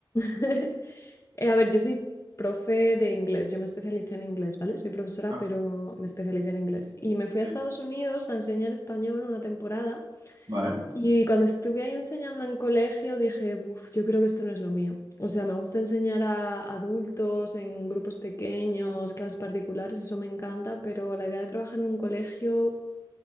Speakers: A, on the left; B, on the right.
A: <laughs> eh, a ver, yo soy profe de inglés, yo me especialicé en inglés, ¿vale? Soy profesora,
B: Ajá,
A: pero me especialicé en inglés. Y me fui
B: sí.
A: a Estados Unidos a enseñar español una temporada.
B: Vale.
A: Y cuando estuve ahí enseñando en colegio, dije, "Buf, yo creo que esto no es lo mío. O sea, me gusta enseñar a adultos en grupos pequeños, clases particulares, eso me encanta, pero la idea de trabajar en un colegio,